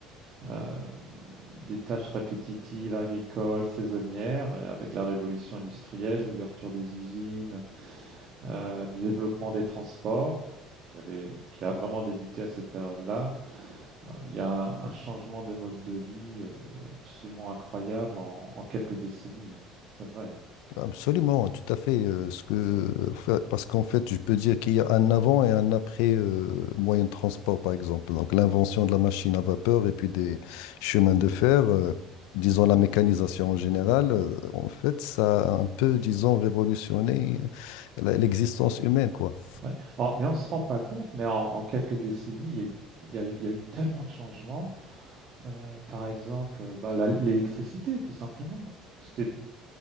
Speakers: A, on the right; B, on the left.
A: euh, des tâches répétitives agricoles, saisonnières, et avec la révolution industrielle, l'ouverture des usines, euh, le développement des transports. Qui, avait, qui a vraiment débuté à cette période-là. Euh, il y a un changement de mode de vie euh, absolument incroyable en, en quelques décennies, c'est vrai.
B: Absolument, tout à fait. euh, ce que, fa- parce qu'en fait, je peux dire qu'il y a un avant et un après euh, moyen de transport, par exemple. Donc, l'invention de la machine à vapeur et puis des chemins de fer, euh, disons la mécanisation en général, euh, en fait, ça a un peu, disons, révolutionné euh, la- l'existence humaine, quoi.
A: Ouais. Alors, mais on ne se rend pas compte, mais en, en quelques décennies, il y a eu, il y a- il y a eu tellement de changements. Euh, par exemple, euh, bah, la- l'électricité, tout simplement. C'était